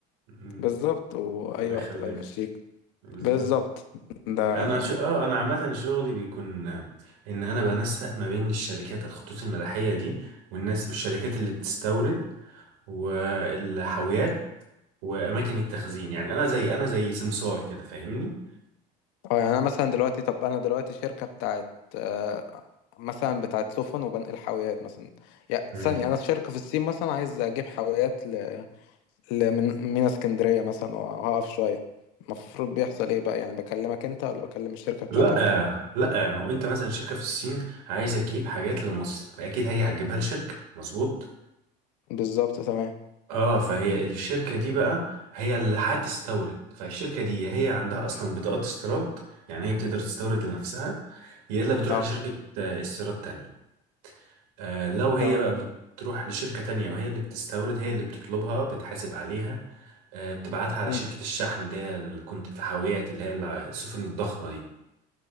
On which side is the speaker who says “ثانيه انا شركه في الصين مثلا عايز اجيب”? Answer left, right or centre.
Left